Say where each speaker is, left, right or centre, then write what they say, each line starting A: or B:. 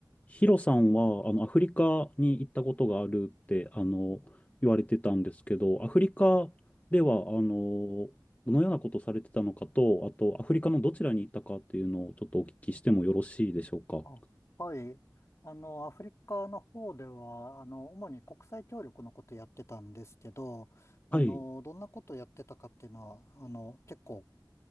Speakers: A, on the left; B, on the left.
A: ヒロさんは、あの、アフリカに行ったことがあるって、あの、言われてたんですけど、アフリカでは、あの、どのようなことをされてたのかと、あと、アフリカのどちらに行ったかっていうのをちょっとお聞きしてもよろしいでしょうか。
B: あ、はい。あの、アフリカの方では、あの、主に国際協力のことやってたんですけど、あの、
A: はい、
B: どんなことやってたかっていうのは、あの、結構、